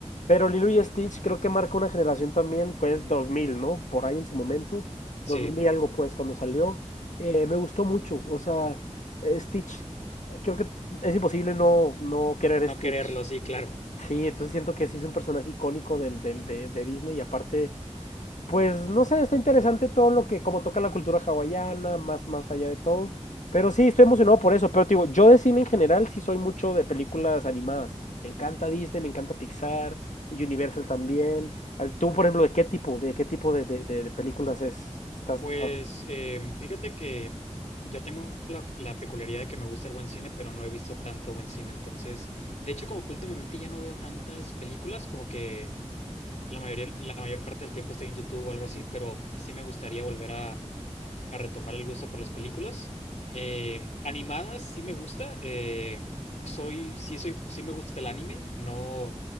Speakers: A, on the left (about 90°); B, on the left (about 70°).
A: Pero Lilo y Stitch creo que marca una generación también, fue el 2000, ¿no? Por ahí en su momento,
B: Sí,
A: dos mil y algo pues, cuando salió. Eh, me gustó mucho, o sea, eh, Stitch, creo que es imposible no, no querer
B: no
A: Stitch.
B: quererlo, sí, claro.
A: Sí, entonces siento que sí es un personaje icónico del, del- de, de Disney y aparte, pues no sé, está interesante todo lo que, como toca la cultura hawaiana, más, más allá de todo. Pero sí, estoy emocionado por eso. Pero te digo, yo de cine en general sí soy mucho de películas animadas. Me encanta Disney, me encanta Pixar y Universal también. Al- Tú, por ejemplo, ¿de qué tipo, de qué tipo de, de, de- de películas es? Estás
B: Pues
A: más...
B: em, fíjate que yo tengo la, la peculiaridad de que me gusta el buen cine, pero no he visto tanto buen cine. Entonces, de hecho, como que últimamente ya no veo tantas películas, como que la mayoría, la mayor parte del tiempo estoy en YouTube o algo así, pero sí me gustaría volver a, a retomar el gusto por las películas. Eh, animadas sí me gusta. eh, soy, sí soy, sí me gusta el anime. No,